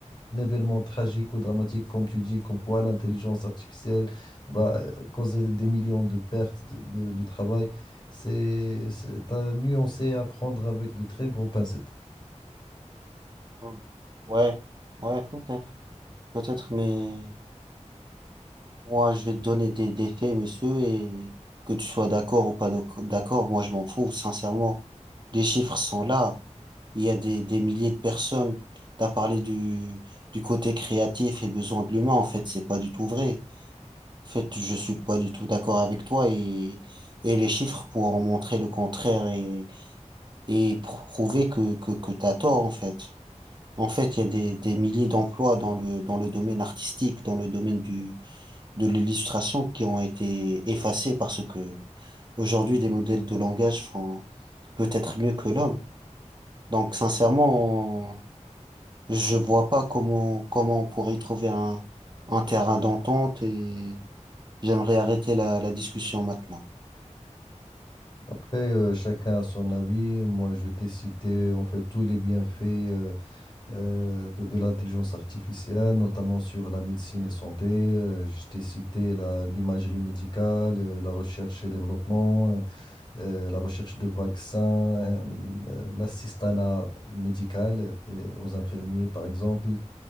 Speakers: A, on the left; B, on the right.
A: un événement tragique ou dramatique, comme tu dis, comme quoi l'intelligence artificielle va euh, causer des millions de pertes de, de- de travail, c'est c'est à nuancer, à prendre avec de très gros pincettes.
B: Hmm. Ouais, ouais, peut-être, peut-être, mais moi, je vais te donner des, des faits, monsieur, et que tu sois d'accord ou pas doc- d'accord, moi, je m'en fous, sincèrement. Les chiffres sont là. Il y a des, des milliers de personnes. T'as parlé du, du côté créatif et besoin de l'humain. En fait, c'est pas du tout vrai. En fait, je suis pas du tout d'accord avec toi et, et les chiffres pour en montrer le contraire et, et prouver que, que, que t'as tort, en fait. En fait, il y a des, des milliers d'emplois dans le, dans le domaine artistique, dans le domaine du, de l'illustration qui ont été effacés parce que aujourd'hui, des modèles de langage font peut-être mieux que l'homme. Donc, sincèrement, on- je vois pas comment, comment on pourrait trouver un, un terrain d'entente et j'aimerais arrêter la, la discussion maintenant.
A: Après, euh, chacun a son avis. Moi, je t'ai cité en fait tous les bienfaits euh, euh, de, de l'intelligence artificielle, notamment sur la médecine et santé. Euh, je t'ai cité la- l'imagerie médicale, euh, la recherche et développement, euh, euh, la recherche de vaccins, euh, l'assistanat médical euh, aux infirmiers, par exemple.